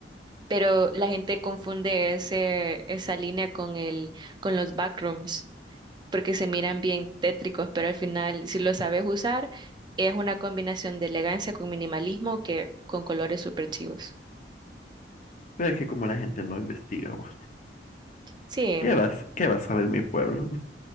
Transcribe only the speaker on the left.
Pero es que como la gente no investiga, vos,
¿qué vas, qué vas a ver mi pueblo?